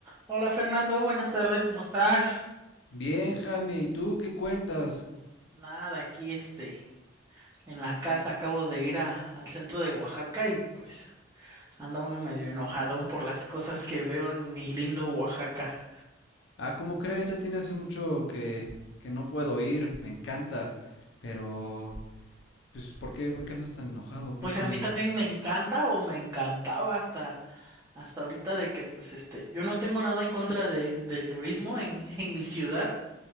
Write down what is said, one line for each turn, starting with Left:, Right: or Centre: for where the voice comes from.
Right: Hola Fernando, buenas tardes, ¿cómo estás?
Left: Bien, Jaime, ¿y tú qué cuentas?
Right: Nada, aquí este, en la casa acabo de ir a- al centro de Oaxaca y pues anda uno medio enojadón por las cosas que veo en mi lindo Oaxaca.
Left: Ah, ¿cómo crees? Ya tiene hace mucho que, que no puedo ir, me encanta. Pero, pues, ¿por qué? ¿Por qué andas tan enojado? Cuéntame.
Right: Pues a mí también me encanta o me encantaba hasta, hasta ahorita de que pues este, yo no tengo nada en contra de, del turismo en, <laughs> en mi ciudad,